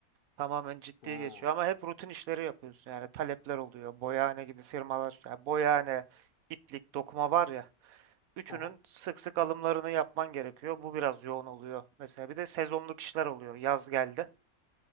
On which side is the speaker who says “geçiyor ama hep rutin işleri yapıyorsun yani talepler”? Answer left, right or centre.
Right